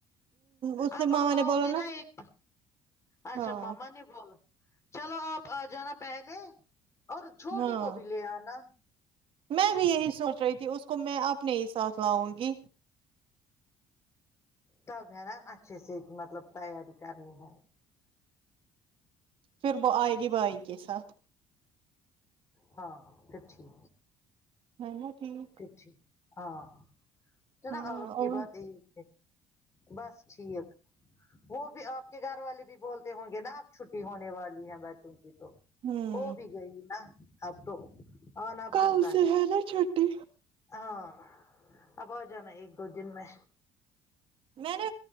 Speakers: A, on the right (about 60°); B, on the left (about 30°).
A: اس
B: اب
A: نے ماما
B: اب
A: نے
B: آؤ
A: بولا
B: گی نا ایک اچھا
A: ہاں
B: ماما نے بولا چلو آپ آ جانا پہلے اور چھوٹی
A: ہاں
B: کو بھی لے آنا
A: میں بھی یہی سوچ رہی تھی اس کو میں اپنے ہی ساتھ لاؤں گی
B: تب ہے نا اچھے سے مطلب تیاری کرنی ہے
A: پھر وہ آئے گی بھائی کے ساتھ
B: ہاں پھر ٹھیک
A: ہے نا ٹھیک
B: پٹھی ہاں چلا
A: ہاں
B: آپ کی
A: اور
B: بات ایک بس ٹھیک وہ بھی آپ کے گھر والے بھی بولتے ہوں گے نا آپ چھٹی ہونے والی ہیں بچوں کی تو
A: ہوں
B: ہو بھی گئی نا اب تو آنا
A: کل
B: بنتا
A: سے
B: ہے
A: نا چھٹی
B: ہاں اب آ جانا ہے ایک دو دن میں
A: میں نے